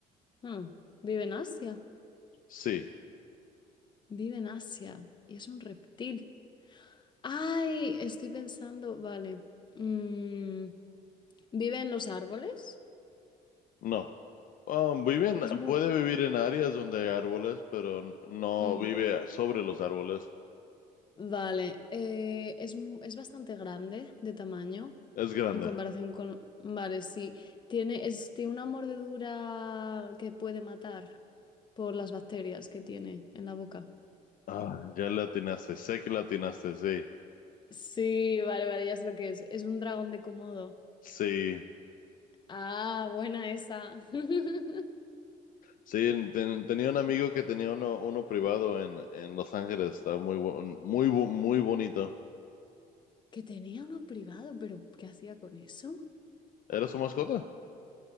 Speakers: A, on the left (about 25°); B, on the left (about 55°).
A: Hmm, ¿Vive en Asia?
B: sí,
A: Vive en Asia y es un reptil. Ay, estoy pensando, vale. Mm, ¿vive en los árboles?
B: no. Ah, vive en-
A: Es muy...
B: puede vivir en áreas donde hay árboles, pero n- no
A: Ujú.
B: vive sobre los árboles.
A: Vale, eh, es, mu- es bastante grande de tamaño
B: Es grande.
A: en comparación con... Vale, sí. Tiene, es, tiene una mordedura que puede matar por las bacterias que tiene en la boca.
B: Ah, ya le atinaste, sé que le atinaste, sí,
A: Sí, vale, vale, ya sé lo que es. Es un dragón de Komodo.
B: sí.
A: Ah, buena esa. <laughs>
B: Sí, ten- tenía un amigo que tenía uno, uno privado en, en Los Ángeles, estaba muy, bo- muy, bo- muy bonito.
A: Que tenía uno privado, pero ¿qué hacía con eso?
B: ¿Era su mascota?